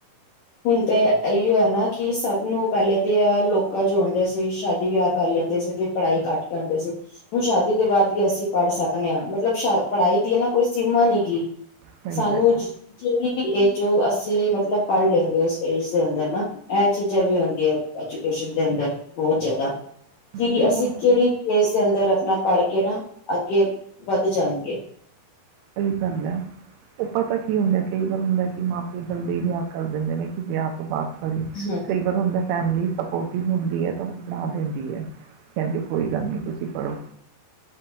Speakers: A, on the left; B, on the right.
A: ਹੁਣ ਤੇ ਇਓ ਹੈ ਨਾ ਕਿ ਸਭ ਨੂੰ ਪਹਿਲੇ ਦੀ ਲੋਕ ਜੋ ਹੁੰਦੇ ਸੀ ਸ਼ਾਦੀ ਵਿਆਹ ਕਰ ਲੈਂਦੇ ਸੀ ਤੇ ਪੜ੍ਹਾਈ ਘੱਟ ਕਰਾਂਦੇ ਸੀ ਹੁਣ ਸ਼ਾਦੀ ਦੇ ਬਾਅਦ ਵੀ ਅਸੀਂ ਪੜ੍ਹ ਸਕਣੇ ਹਾਂ <unintelligible> ਪੜ੍ਹਾਈ ਦੀ ਇਹ ਨਾ ਕੋਈ ਸੀਮਾ ਨੀ ਗ
B: ਹੈ। ਸਹੀ
A: ਸਾਨੂੰ
B: ਗੱਲ ਆ
A: ਜਿਹੜੀ ਵੀ ਜੋ ਅਸੀਂ ਮਤਲਬ ਪੜ੍ਹ ਲੈਂ <unintelligible> ਹੈਨਾ ਇਹ ਚੀਜ਼ਾਂ ਵੀ ਹੁੰਦੀਆਂ ਐਜੂਕੇਸ਼ਨ ਦੇ ਅੰਦਰ ਬਹੁਤ ਜ਼ਿਆਦਾ ਕਿ
B: ਨਹੀਂ
A: ਅਸੀਂ
B: ਹੁਣ
A: ਕਿਹੜੀ ਵੀ ਏਜ ਦੇ ਅੰਦਰ ਆਪਣਾ ਪੜ੍ਹ ਕੇ ਨਾ, ਅੱਗੇ ਵੱਧ ਜਾਣਗੇ
B: ਸਹੀ ਗੱਲ ਹੈ ਉਹ ਪਤਾ ਕੀ ਹੁੰਦਾ ਕਈ ਵਾਰ ਹੁੰਦਾ ਕਿ ਮਾਂ ਪਿਓ ਜਲਦੀ ਵਿਆਹ ਕਰ ਦਿੰਦੇ ਨੇ ਕਿ ਵਿਆਹ ਤੋਂ ਬਾਅਦ ਬੀ
A: ਹੂੰ
B: ਕਈ ਵਾਰ ਹੁੰਦਾ ਫੈਮਿਲੀ ਸਪੋਰਟਿਵ ਹੁੰਦੀ ਹੈ ਤਾਂ ਉਹ ਪੜ੍ਹਾ ਦਿੰਦੀ ਹੈ ਕਹਿੰਦੇ ਕੋਈ ਗੱਲ ਨਹੀਂ ਤੁਸੀਂ ਪੜ੍ਹੋ